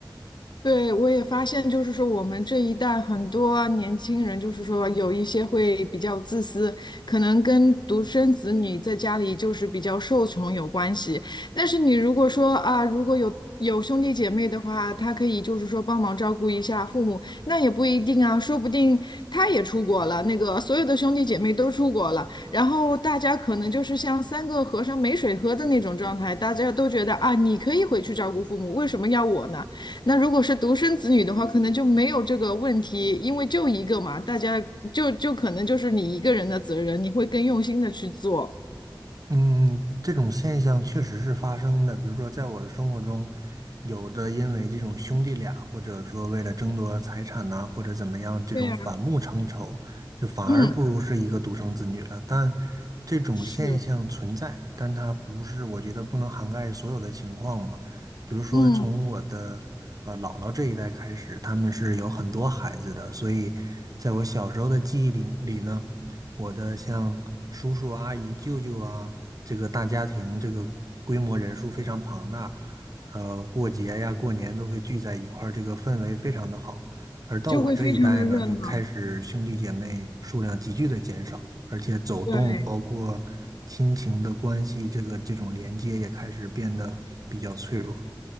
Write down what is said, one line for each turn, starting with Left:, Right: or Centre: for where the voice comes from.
Left: 对，我也发现，就是说我们这一代很多年轻人，就是说有一些会比较自私，可能跟独生子女在家里就是比较受宠有关系。但是你如果说啊，如果有有兄弟姐妹的话，他可以就是说帮忙照顾一下父母，那也不一定啊，说不定他也出国了，那个所有的兄弟姐妹都出国了，然后大家可能就是像三个和尚没水喝的那种状态，大家都觉得啊，你可以回去照顾父母，为什么要我呢？那如果是独生子女的话，可能就没有这个问题，因为就一个嘛，大家就就可能就是你一个人的责任，你会更用心的去做。
Right: 嗯，这种现象确实是发生的。比如说，在我的生活中，有的因为这种兄弟俩，或者说为了争夺财产呐、或者怎么样，这种反目成仇，
Left: 对呀，
Right: 就反而不如是一个独生子女了。
Left: 嗯，
Right: 但这种现象存在，
Left: 是，
Right: 但它不是，我觉得不能涵盖所有的情况嘛。比如说，
Left: 嗯，
Right: 从我的呃姥姥这一代开始，他们是有很多孩子的，所以在我小时候的记忆里里呢。我的像叔叔啊、阿姨、舅舅啊，这个大家庭，这个规模人数非常庞大，呃，过节呀、过年都会聚在一块儿，这个氛围非常的好。而到我这一代呢，
Left: 就会非常的热闹。
Right: 就开始兄弟姐妹数量急剧的减少，而且走动，
Left: 对，
Right: 包括亲情的关系，这个这种连接也开始变得比较脆弱。